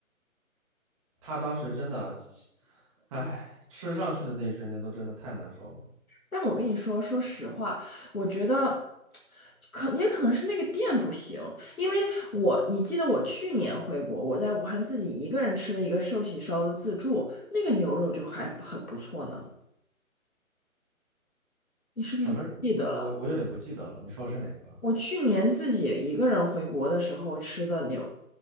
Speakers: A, on the right (about 25°); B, on the left (about 80°).
A: 他当时真的，哎，吃上去的那一瞬间都真的太难受了。
B: 但我跟你说，说实话，我觉得可也可能是那个店不行，因为我你记得我去年回国，我在武汉自己一个人吃的一个寿喜烧的自助，那个牛肉就还很不错呢。你是不是不记得了？
A: 什么？嗯我我有点不记得了，你说的是哪个啊？
B: 我去年自己一个人回国的时候吃的牛